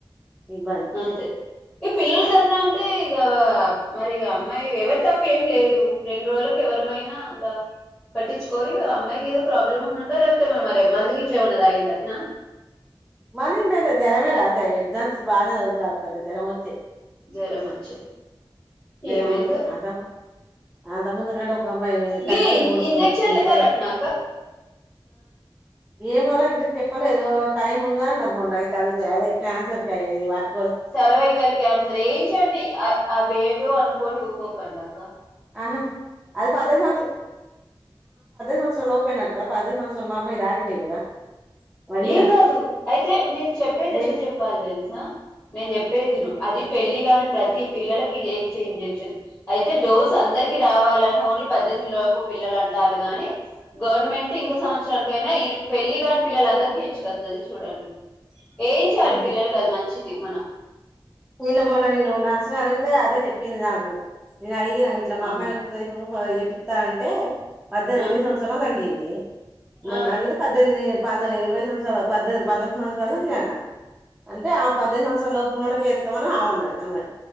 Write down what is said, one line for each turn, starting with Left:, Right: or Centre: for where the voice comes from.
Centre: ఇబ్బంది
Left: అంతే ఈ పిల్లల ధర్నా అంటే ఇక మరి ఇగ అమ్మాయి ఎవరి తప్ప ఏం లేదు రెండు రోజులలకు ఎవరమైనా అంతా పట్టించు కోరు ఇగ ఆ అమ్మాయికి ఏదో ప్రాబ్లమ్ ఉన్నా లేపోతే మన మరిే మందు గిట్లే ఏం అన్న తాగింది అట్నా
Centre: మనీం జ్వరమే రాత ఎగ్జామ్స్ బాగానే జరం వచ్చే
Left: జ్వరం వచ్చి
Centre: జరం
Left: ఏమైందో
Centre: వచ్చి అంత అంత ముందు కంటే ఒక ఇ అమ్మాయి
Left: గీ
Centre: కత్తి తోటి
Left: ఇన్
Centre: పొడుచుకుని
Left: ఇంజెక్షన్లు
Centre: చచ్చిపోయిండు
Left: ఎత్తాలట్నాక
Centre: తే ఏమో రా ఇంకా చెప్పలే ఏదో టైమ్ ఉందన్నది అన్నారు మొన్న అయితే అడుగుతే అదే క్యాన్సర్ క అయి వాటికి
Left: సర్వైకల్ క్యాన్సర్ ఏంచండి అ వేదుో అన్ అను కొని ఊకో కండాక్క
Centre: ఆహ అది పద్దెంది సంవత్సరలా లోపేనట్రా పద్దెంది సంవత్సరాలు మామ్మ ఈ దాటినాయి కదా అడిగినాం
Left: ఏం కాదు అయితే మీరు చెప్పేది
Centre: లే
Left: ఎట్లా చెప్పాలి తెలుసా నేను చెప్ చెప్పేది విను అది పెళ్లిి గాని ప్రతి పిల్లలకి ఏంచే ఇంజక్షన్ అయితే డోసు అందరికి రావాలని ఓన్లీ పద్దెనిమిదిిలకు పిల్లలు అంటాళ్ళు గాని గవర్నమెంట్ ఇంక సంవత్సరానికైనా ఇరు పెళ్లి కాని పిల్లలందరికి ఎంచుకతది చూడండి ఎయించాలి
Centre: ఓహో
Left: పిల్లలకు అది మంచిది మన
Centre: నిన్న మొన్న నిను నరసిన అడితే అదే చెప్పింది నాకు నిను అడిగిన ఇట్లా మా
Left: ఆహా
Centre: అమ్మాయి వాత్తది ఇప్పుడు ఎపి యిత్త అంటే పద్దెనిది
Left: ఆ
Centre: ఎన్ని సంవత్సరాలు అడిగింది మొన్న
Left: ఆ
Centre: అడిగితే పద్దెనిమిది పన్ ఇరవై సంవత్సరాలు మీ పద్దే పద్దెనిమిది సంవత్సరాల మీ అన్న అంటే ఆ పద్దెనిమిది సంవత్సరం లోపలా తవన ఆవన్నది అమ్మాయి